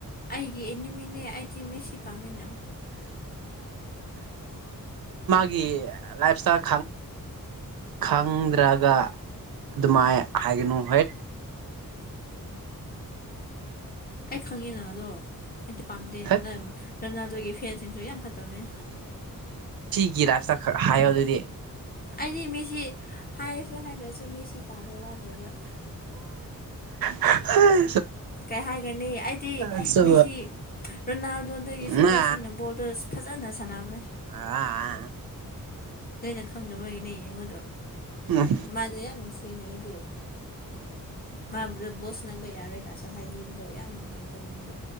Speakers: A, on the left; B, on the right.
A: ꯑꯩ ꯌꯦ ꯏꯅꯤꯃꯤꯅꯦ ꯑꯩꯗꯤꯦ ꯃꯤꯁꯤ ꯄꯝꯃꯦꯟꯅ
B: ꯑꯩꯒꯤ ꯂꯥꯏꯞ ꯏꯁꯇꯥꯏꯜ ꯈꯪꯗ꯭ꯔꯒ ꯑꯗꯨꯃꯥꯏ ꯍꯥꯏꯒꯅꯨ ꯍꯠ
A: ꯑꯩ ꯈꯪꯉꯤꯅ ꯑꯗꯣ ꯑꯩꯗꯤꯤ ꯄꯥꯝꯗꯦꯅꯦꯕꯅ
B: ꯊꯠ
A: ꯔꯔꯅꯥꯗꯣꯒꯤ ꯐꯦꯟꯁꯤꯡꯁꯨ ꯌꯥꯝ ꯐꯠꯇꯕꯅꯦ
B: ꯒꯤ ꯔꯥꯏꯞꯇ ꯍꯥꯏꯌꯣ ꯑꯗꯨꯗꯤ
A: ꯑꯩꯗꯤ ꯃꯦꯁꯤ ꯍꯥꯏꯔꯁꯨ ꯍꯥꯏꯗ꯭ꯔꯁꯨ ꯃꯦꯁꯤ ꯇꯥꯃꯤ ꯋꯥ ꯂꯩꯔꯦ
B: ꯍꯝ
A: ꯀꯩ ꯍꯥꯏꯒꯅꯤ ꯑꯩꯗꯤ
B: ꯑꯁꯨ
A: ꯃꯦꯁꯤ ꯔꯣꯅꯥꯜꯗꯣꯗꯒꯤꯁꯨ
B: ꯅꯥ
A: ꯃꯦꯁꯤꯅ ꯕꯣꯜ ꯐꯖꯥꯅ ꯁꯥꯟꯅꯦ
B: ꯑꯥ
A: ꯅꯣꯏꯩꯅ ꯈꯪꯅꯕꯒꯤꯅꯦ ꯌꯦꯡꯉꯨꯗꯣ
B: ꯎꯝ
A: ꯃꯗꯩ ꯑꯁꯤꯦꯡꯅꯗꯤꯦ ꯃꯖ ꯕꯣꯁ ꯅꯅꯕ ꯌꯥꯔꯣꯏ ꯀꯥꯁꯨ ꯍꯥꯏꯕꯤꯕꯗꯣ ꯌꯥꯝ ꯅꯨꯡꯉꯥꯏꯇꯕꯅꯤꯗꯣ